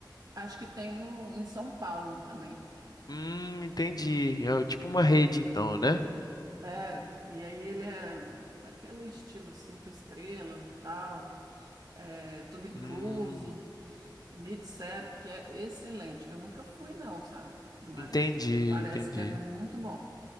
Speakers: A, on the right; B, on the left.
A: acho que tem no, em São Paulo também.
B: Hum, entendi. É tipo uma rede, então, né?
A: É, e aí ele é naquele estilo cinco estrelas e tal, é, tudo incluso.
B: Hum,
A: Me disseram que é excelente. Eu nunca fui, não, sabe? Mas
B: entendi,
A: parece
B: entendi.
A: que é muito bom.